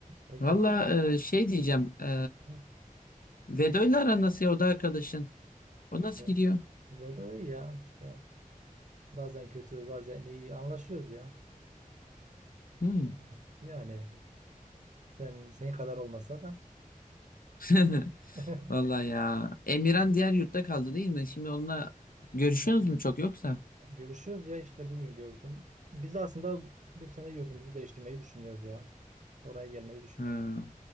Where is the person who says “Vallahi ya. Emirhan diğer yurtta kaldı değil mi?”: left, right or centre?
Left